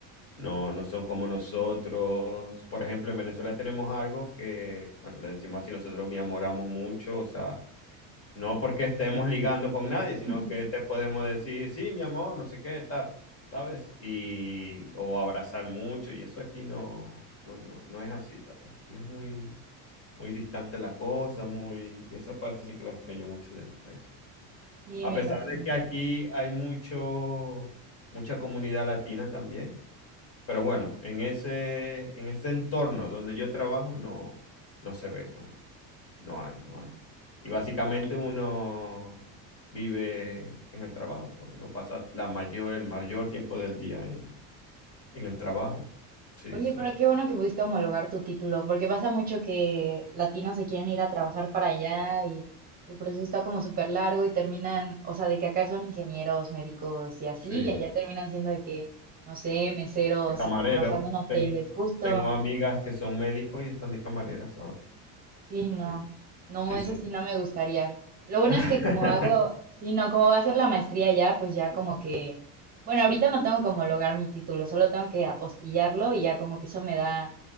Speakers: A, on the left (about 35°); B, on the right (about 20°).
A: no, no son como nosotros. Por ejemplo, en Venezuela tenemos algo que, bueno, le decimos así, nosotros me enamoramos mucho, o sea, no porque estemos ligando con nadie, sino
B: <laughs>
A: que te podemos decir, sí, mi amor, no sé qué, tal, ¿sabes? Y, o abrazar mucho, y eso aquí no, no, no, no es así, ¿sabes? Aquí es muy, muy distante la cosa, muy, y esa parte sí que la extraño mucho del país.
B: Sí,
A: A
B: me
A: pesar
B: imagino.
A: de que aquí hay mucho, mucha comunidad latina también pero bueno, en ese, en ese entorno donde yo trabajo no, no se ve, no, no hay,
B: Mm.
A: no hay. Y básicamente uno vive en el trabajo, pues, uno pasa la mayor, el mayor tiempo del día en, en el trabajo. Sí,
B: Oye,
A: sí,
B: pero qué bueno que pudiste homologar tu título, porque pasa mucho que latinos se quieren ir a trabajar para allá y el proceso está como súper largo y terminan, o sea, de que acá son ingenieros, médicos y así,
A: sí. De
B: y allá terminan siendo de que, no sé, meseros,
A: camarero,
B: trabajando en hoteles,
A: ten-
B: justo.
A: tengo amigas que son médicos y están de camareras ahora.
B: Sí, no,
A: Sí,
B: no,
A: sí,
B: eso
A: sí.
B: sí no me gustaría. Lo bueno
A: <laughs>
B: es que como hago, sí, no, como va a ser la maestría ya, pues ya como que, bueno, ahorita no tengo como lograr mi título, solo tengo que apostillarlo y ya como que eso me da